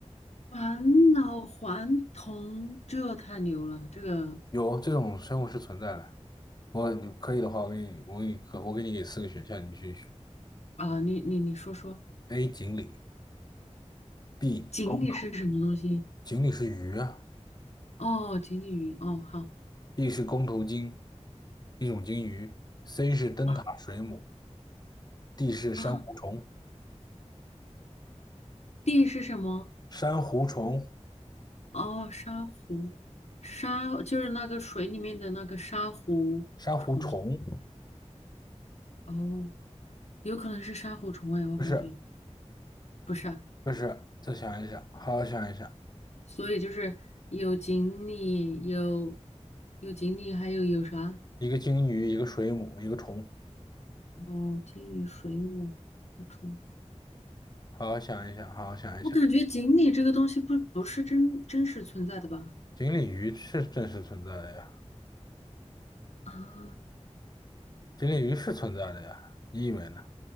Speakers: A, on the left; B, on the left.
A: 返老还童，这太牛了，这个
B: 有这种生物是存在的。我你可以的话，我给你，我给你，我给你给四个选项，你去选。
A: 啊，你你你说说，
B: A. 锦鲤，B.
A: 锦鲤是什么东西？
B: 公头，锦鲤是鱼啊
A: 哦，锦鲤鱼，哦好
B: ，B 是公头鲸，一种鲸鱼，C 是灯塔水母
A: 啊
B: ，D 是珊瑚虫，
A: 啊，地是什么？
B: 珊瑚虫，
A: 哦，珊瑚，沙就是那个水里面的那个珊瑚虫，
B: 珊瑚虫，
A: 哦，有可能是珊瑚虫哎，我感觉。
B: 不是
A: 不是啊，
B: 不是，再想一想，好好想一想，
A: 所以就是有锦鲤，有有锦鲤，还有有啥？
B: 一个鲸鱼，一个水母，一个虫，
A: 哦，金鱼、水母、不虫。
B: 好好想一想，好好想一想。
A: 我感觉锦鲤这个东西不不是真真实存在的吧？
B: 锦鲤鱼是真实存在的呀，
A: 啊，
B: 锦鲤鱼是存在的呀，你以为呢？